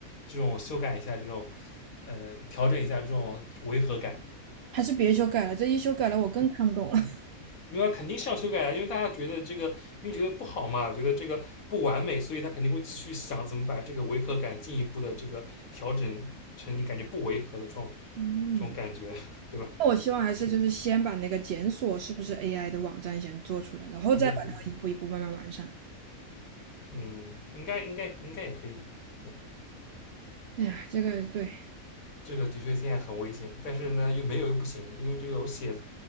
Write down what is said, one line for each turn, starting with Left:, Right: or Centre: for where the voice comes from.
Left: 这种修改一下，这种呃调整一下这种违和感。
Right: 还是别修改了，这一修改了我更看不懂了。<laughs>
Left: 没有，肯定是要修改啊，因为大家觉得这个，因为觉得不好嘛，觉得这个不完美，所以他肯定会继续想怎么把这个违和感进一步的这个调整成你感觉不违和的这种
Right: 嗯。
Left: 这种感觉，对吧？
Right: 那我希望还是就是先把那个检索是不是 AI 的网站先做出来，然后再把它一步一步慢慢完善。
Left: 嗯嗯嗯嗯，应该应该应该也可以。对，
Right: 哎呀，这个对，
Left: 这个的确现在很危险，但是呢又没有又不行，因为这个我写写